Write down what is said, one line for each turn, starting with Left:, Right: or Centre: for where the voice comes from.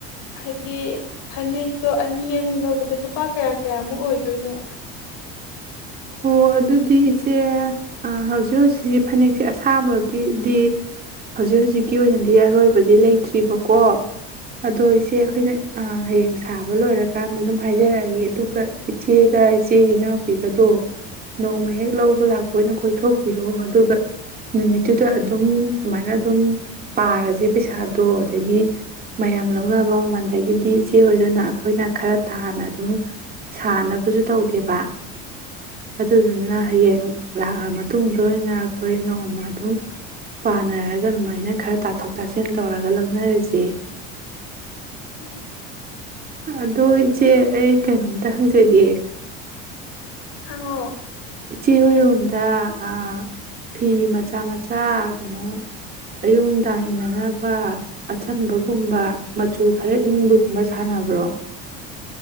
Left: ꯍꯥꯏꯗꯤ ꯐꯅꯦꯛꯇꯣ ꯑꯅꯤ ꯑꯅꯤ ꯂꯧꯕꯗ ꯂꯨꯄꯥ ꯀꯌꯥ ꯀꯌꯥꯃꯨꯛ ꯑꯣꯏꯗꯣꯏꯅꯣ
Right: ꯑꯣ ꯑꯗꯨꯗꯤ ꯏꯆꯦ ꯍꯧꯖꯤꯛ ꯍꯧꯖꯤꯛꯁꯤ ꯐꯅꯦꯛꯁꯦ ꯑꯁꯥꯕꯗꯤꯗꯤ ꯍꯧꯖꯤꯛ ꯍꯧꯖꯤꯛꯀꯤ ꯑꯣꯏꯅꯗꯤ ꯑꯔꯣꯏꯕꯗꯤ ꯂꯩꯇ꯭ꯔꯤꯕꯀꯣ ꯑꯗꯣ ꯏꯆꯦ ꯑꯩꯈꯣꯏꯅ ꯍꯌꯦꯡ ꯁꯥꯕ ꯂꯣꯏꯔꯀꯥꯟꯗ ꯑꯗꯨꯝ ꯍꯥꯏꯖꯔꯛꯑꯒꯦ ꯑꯗꯨꯒ ꯏꯆꯦꯒ ꯏꯆꯦꯒꯤ ꯏꯅꯥꯎꯄꯤꯒꯗꯣ ꯅꯣꯡꯃ ꯍꯦꯛ ꯂꯧꯕ ꯂꯥꯛꯄ ꯑꯣꯏꯅ ꯀꯣꯏꯊꯣꯛꯄꯤꯔꯣ ꯑꯗꯨꯒ ꯅꯨꯃꯤꯠꯇꯨꯗ ꯑꯗꯨꯝ ꯁꯨꯃꯥꯏꯅ ꯑꯗꯨꯝ ꯄꯥꯔꯁꯦ ꯄꯩꯁꯥꯗꯣ ꯑꯗꯒꯤ ꯃꯌꯥꯝ ꯂꯧꯅꯕ ꯃꯃꯜꯗꯒꯤꯗꯤ ꯏꯆꯦ ꯍꯣꯏꯗꯅ ꯑꯩꯈꯣꯏꯅ ꯈꯔ ꯇꯥꯅ ꯑꯗꯨꯝ ꯁꯥꯥꯟꯅꯕꯁꯨ ꯇꯧꯒꯦꯕ ꯑꯗꯨꯗꯨꯅ ꯍꯌꯦꯡ ꯂꯥꯛꯑ ꯃꯇꯨꯡꯗ ꯑꯣꯏꯅ ꯑꯩꯈꯣꯏ ꯅꯣꯡꯃ ꯑꯗꯨꯝ ꯄꯥꯅꯔꯒ ꯑꯗꯨꯃꯥꯏꯅ ꯈꯔ ꯇꯥꯊꯣꯛ ꯇꯥꯁꯤꯟ ꯇꯧꯔꯒ ꯂꯧꯅꯔꯁꯦ
Left: ꯎꯝ
Right: ꯑꯗꯣ ꯏꯆꯦ ꯑꯩ ꯀꯩꯅꯣꯝꯇ ꯍꯪꯖꯒꯦ
Left: ꯍꯪꯉꯣ
Right: ꯏꯆꯦ ꯑꯣꯏꯔꯣꯝꯗ ꯑꯥ ꯐꯤ ꯃꯆꯥ ꯃꯆꯥ ꯀꯩꯅꯣ ꯑꯌꯨꯛ ꯅꯨꯗꯥꯡ ꯏꯟꯅꯅꯕ ꯑꯆꯝꯕꯒꯨꯝꯕ ꯃꯆꯨ ꯈꯔ ꯏꯪꯕꯒꯨꯝꯕ ꯁꯥꯟꯅꯕ꯭ꯔꯣ